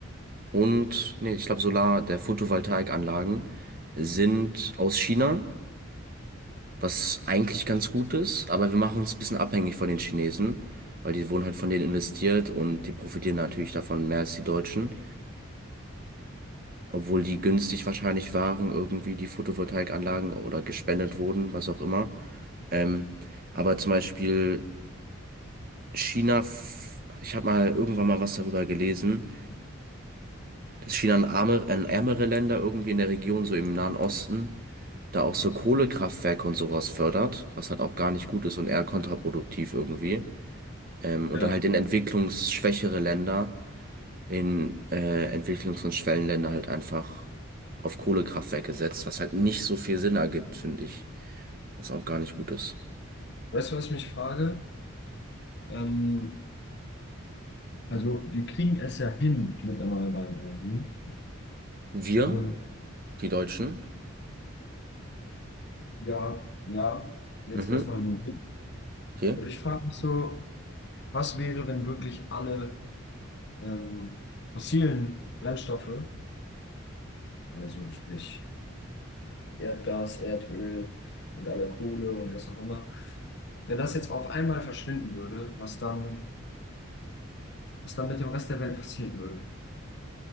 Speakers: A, on the right; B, on the left.
A: und, nee, ich glaube Solar, der Photovoltaikanlagen sind aus China, was eigentlich ganz gut ist, aber wir machen uns ein bisschen abhängig von den Chinesen, weil die wurden halt von denen investiert und die profitieren natürlich davon mehr als die Deutschen, obwohl die günstig wahrscheinlich waren, irgendwie die Photovoltaikanlagen oder gespendet wurden, was auch immer. Ähm, Aber zum Beispiel China, f- ich habe mal irgendwann mal was darüber gelesen, dass China an arme, an ärmere Länder irgendwie in der Region, so im Nahen Osten, da auch so Kohlekraftwerke und sowas fördert, was halt auch gar nicht gut ist und eher kontraproduktiv irgendwie. Ähm, und
B: Ja.
A: dann halt in entwicklungsschwächere Länder, in äh, Entwicklungs- und Schwellenländer halt einfach auf Kohlekraftwerke setzt, was halt nicht so viel Sinn ergibt, finde ich, was auch gar nicht gut ist.
B: Weißt du, was ich mich frage? Ähm, also wir kriegen es ja hin mit erneuerbaren Energien.
A: Wir,
B: Und
A: die Deutschen,
B: ja, ja, jetzt
A: mhm,
B: erstmal nur hin.
A: okay,
B: Und ich frage mich so, was wäre, wenn wirklich alle ähm, fossilen Brennstoffe, also sprich Erdgas, Erdöl und aller Kohle und was auch immer. Wenn das jetzt auf einmal verschwinden würde, was dann, was dann mit dem Rest der Welt passieren würde?